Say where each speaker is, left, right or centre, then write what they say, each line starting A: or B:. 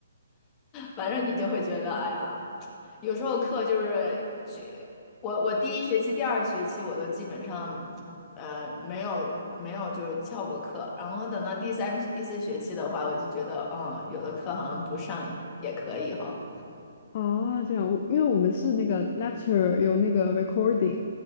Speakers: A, on the left; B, on the left.
A: 反正你就会觉得，哎呀，有时候课就是去，我我第一学期、第二学期我都基本上，呃，没有没有就是翘过课，然后等到第三、第四学期的话，我就觉得，嗯，有的课好像不上也可以哈。
B: 啊，这样，我因为我们是那个 lecture 有那个 recording